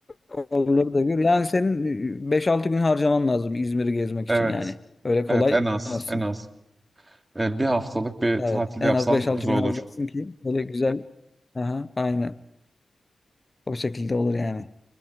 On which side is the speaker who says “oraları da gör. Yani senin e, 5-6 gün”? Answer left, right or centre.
Left